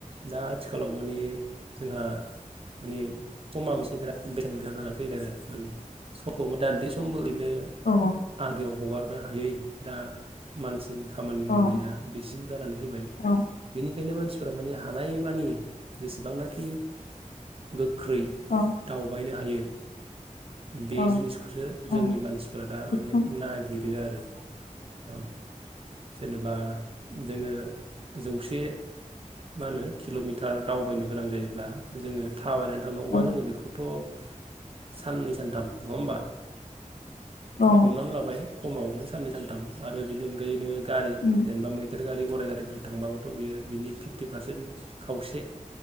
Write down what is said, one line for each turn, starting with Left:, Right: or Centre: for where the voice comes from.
Right: दा आथिखालाव माने जोंहा माने समा मोनसे बिराद बेसेन गोसा जानानै फैबाय आरो माने समखौ <unintelligible> समबो बिदिनो
Left: औ
Right: आद्रियाव हगार नो हायै दा मानसिनि खामानि
Left: औ
Right: मावनाया बेसिम जानानै फैबाय
Left: औ
Right: बेनिखायनो मानसिफोरा माने हानाय मानि जेसेबांनाखि गो गोख्रै
Left: औ
Right: दावबायनो हायो बे
Left: औ
Right: जिनिसखौसो
Left: औ
Right: जोंनि मानसिफोरा दा माने
Left: बेखौ
Right: नागिरो आरो औ जेनेबा जोङो जौसे बे मा होनो किल'मिटार दावबायनो गोनां जायोब्ला जोङो थाबायनानै थांनांगौबा
Left: औ औ
Right: जोङो बेखौथ' साननै सानथाम नङा होमबा
Left: औ
Right: हमनानै लाबाय खमावनो साननै सानथाम आरो बिनि अनगायै नोङो गारि
Left: उम
Right: जेनेबा मै रेल गारि गराइ गारिफोर थांबाबो थ' बियो बिनि फिफ्टि पारसेन्ट खावसे